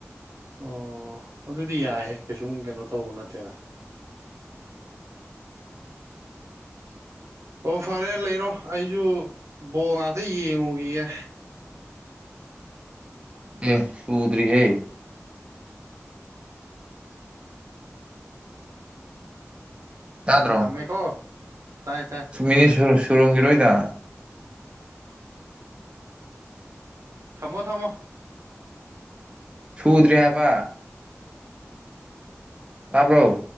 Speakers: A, on the right; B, on the right.
A: ꯑꯣ ꯑꯗꯨꯗꯤ ꯌꯥꯏꯍꯦ ꯀꯩꯁꯨꯝ ꯀꯩꯅꯣ ꯇꯧꯕ ꯅꯠꯇꯦꯗ ꯑꯣ ꯐꯔꯦ ꯂꯩꯔꯣ ꯑꯩꯁꯨ ꯕꯣ ꯉꯥꯛꯇ ꯌꯦꯡꯉꯨꯈꯤꯒꯦ
B: ꯑꯦ ꯁꯨꯗ꯭ꯔꯤꯍꯦ ꯇꯥꯗ꯭ꯔꯣ
A: ꯊꯝꯃꯦꯀꯣ ꯇꯥꯏ ꯇꯥꯏ
B: ꯃꯤꯅꯤꯠ ꯁꯨ ꯁꯨꯔꯝꯒꯤꯔꯣꯏꯗ
A: ꯊꯝꯃꯣ ꯊꯝꯃꯣ
B: ꯁꯨꯗ꯭ꯔꯤ ꯍꯥꯏꯕ ꯇꯥꯕ꯭ꯔꯣ